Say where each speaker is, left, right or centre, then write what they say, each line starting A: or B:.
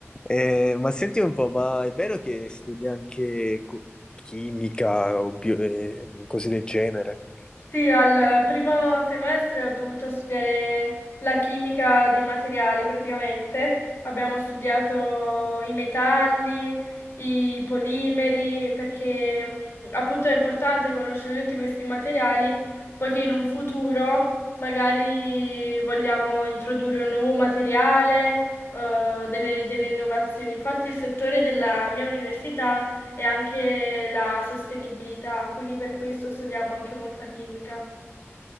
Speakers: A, on the left; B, on the left.
A: Eh, ma senti un po', ma è vero che studi anche co- chimica o bio- eh, cose del genere?
B: Sì, al primo semestre ho dovuto studiare la chimica dei materiali praticamente. Abbiamo studiato i metalli, i polimeri, perché mh, appunto è importante conoscere tutti questi materiali, poiché in un futuro magari vogliamo introdurre un nuovo materiale, eh, delle, delle innovazioni. Infatti il settore della mia università e anche la sostenibilità, quindi per questo studiamo anche molta chimica.